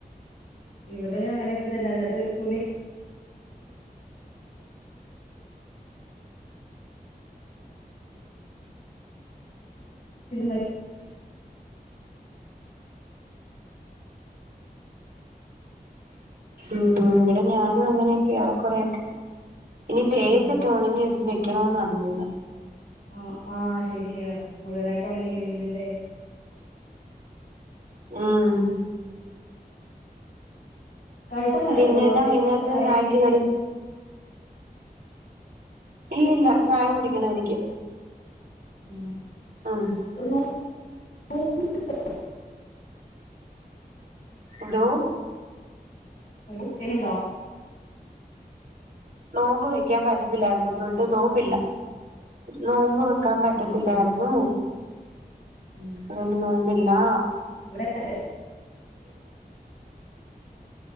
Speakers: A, on the left; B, on the right.
A: ഇവിടെയും അങ്ങനെയൊക്കെ തന്ന ഇന്നി ട്ട് തുണി <inaudible>
B: ഉം ഇവിടെ ഞാനും അങ്ങനെയൊക്കെയ ഏറെക്കൊറെയൊക്കെ ഇനി തേച്ചിട്ട്
A: ഉം
B: ഉണങ്ങി എടുത്ത് വെക്കണോന്ന തോന്നുന്ന
A: ആ ആഹ് ശരിയ മുഴുവനായിട്ട് ഉണങ്ങിയില്ലെങ്കില് ല്ലേ?
B: ഉം
A: <unintelligible>
B: പിന്നെ എന്നാ വൈകുന്നേരത്തിന്
A: ചായ
B: ചായക്ക്
A: ഒക്കെ
B: കടി ഇല്ലില്ല ചായ കുടിക്കണം എനിക്ക്.
A: ഉം
B: ഉം
A: ഒന്ന് <inaudible>
B: ഹലോ
A: ഏ ബുക്കിങ്ങ്ണ്ടോ?
B: നോമ്പ് വെക്കാൻ <unintelligible> ത്തില്ല ഇന്ന് തൊട്ട് നോമ്പില്ല നോമ്പ് വെ ക്കാൻ പറ്റത്തില്ലായിരുന്നു.
A: ആഹ് ആഹ് ഉം
B: അയെന്ന നോമ്പ് ലാ
A: ഇവിടെ <inaudible>